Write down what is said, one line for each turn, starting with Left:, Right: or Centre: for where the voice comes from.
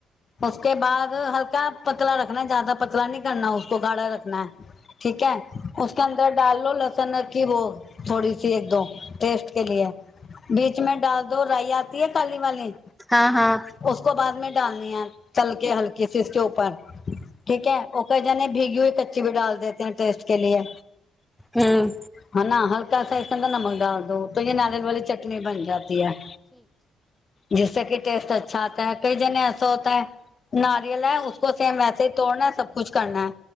Left: ઉકે બાદ હલકા પતલા રખના જ્યાદા પતલા નઈ કરના ગાળા રખના ઠીકે અંદર ડાલ લો લ વો થોડી સી એકદમ ટેસ્ટ કે લીએ. બીચ મે ડાલ દો રાઈ આતી હે કાલી વાલી.
Centre: હા હા.
Left: ઉસકો બાદ મે ડાલની હે ચલ કે હલકી સી ઉસકે ઉપર ઠીક હે ઓકે જાને ભીગી હુઈ કચી ડાલ દેતી હે ટેસ્ટ કે લીએ.
Centre: હમ.
Left: હ ના હલ્કા સા સિંધા નમક દાલ દો. તો એ નારિયલ વાલી ચટણી બન જાતી હૈ. જીસે કે ટેસ્ટ અચ્છા આતા હ કઈ જને એસો હોતા હ નાારીયલ હે સેમ વેસેહી તોડના સબ કુછ કરના